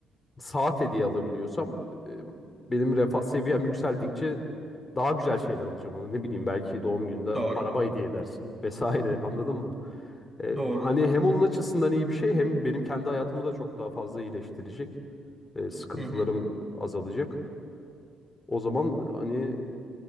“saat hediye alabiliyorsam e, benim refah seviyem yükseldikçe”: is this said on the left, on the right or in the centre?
Left